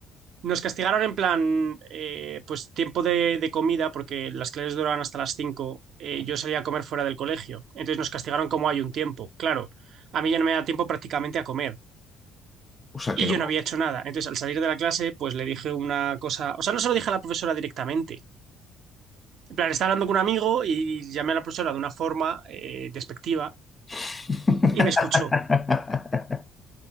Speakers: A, on the right; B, on the left.
A: nos castigaron en plan, eh, pues tiempo de, de comida, porque las clases duraban hasta las 5. eh, yo salía a comer fuera del colegio. Entonces nos castigaron como hay un tiempo. Claro, a mí ya no me da tiempo prácticamente a comer.
B: o sea
A: Y
B: que no.
A: yo no había hecho nada. Entonces, al salir de la clase, pues le dije una cosa. O sea, no se lo dije a la profesora directamente. En plan, estaba hablando con un amigo y llamé a la profesora de una forma eh, despectiva
B: <laughs>
A: y me escuchó.